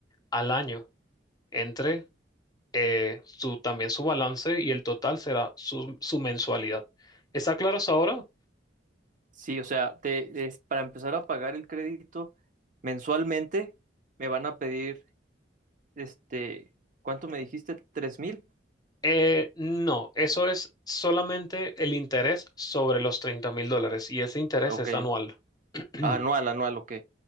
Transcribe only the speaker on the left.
al año. entre eh, su, también su balance y el total será su, su mensualidad. ¿Está claro hasta ahora?
Eh, no, eso es solamente el interés sobre los treinta mil dólares y ese interés
es anual. <clears throat>